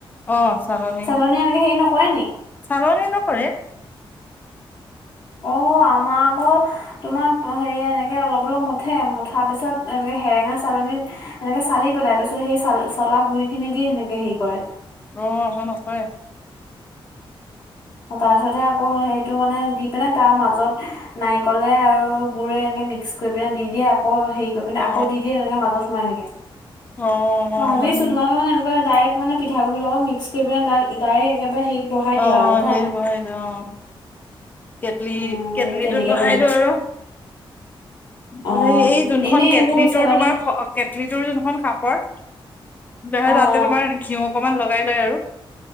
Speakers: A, on the left (about 20°); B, on the left (about 50°).
A: অ' চালনী,
B: চালনীয়ে এনেকে হেৰি নকৰে নি?
A: চালনী নকৰে
B: অ' আমাৰ আকৌ তোমাৰ হেৰি এনেকে অলপ, অলপ মুঠে মুঠাৰ পিছত এনেকে হেৰেঙা চালনীত এনেকে চালি পেলাই তাৰপিছত সেই চল-চলা গুৰি খিনি দি সেনেকে হেৰি কৰে।
A: অ' মই নাচাওৱে।
B: অ'তাৰপিছতে আকৌ হেইটো মানে দি পিনে তাৰ মাজত নাৰিকলে আৰু গুৰে এনেকে মিক্স কৰি পিনে দি দিয়া অ'হেৰি কৰি পিনে
A: অ
B: আকৌ দি দিয়ে তেনেকে মাজত সোমাই থাকে।
A: অ অ
B: মই ভাবি
A: আমাৰ
B: আছো তোমালোকে মানে এনেকোৱা ডাইৰেক্ট মানে পিঠাগুৰি লগত মিক্স কৰি পেলায় ডাল ডাইৰেক্ট একেবাৰে হেৰিত বহাই
A: অ
B: দিয়ে আৰু ন'।
A: <unintelligible> বহাই দিও অ' কেটলি
B: অ
A: কেটলিটোত
B: তেনেকে
A: বহাই
B: বনাব
A: দিওঁ আৰু।
B: অ
A: মানে এই যোনখন
B: এনেই
A: কেটলি
B: এইবোৰ চেলনীত
A: টোৰ তোমাৰ <unintelligible>
B: অ
A: তাতে
B: অ
A: তোমাৰ ঘিউ অকমান লগাই লয় আৰু।